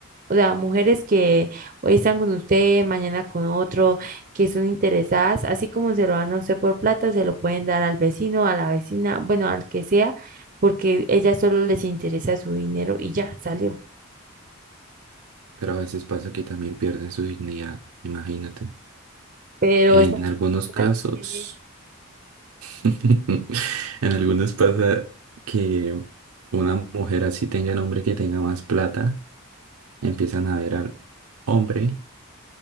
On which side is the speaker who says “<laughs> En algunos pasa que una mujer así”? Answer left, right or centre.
Right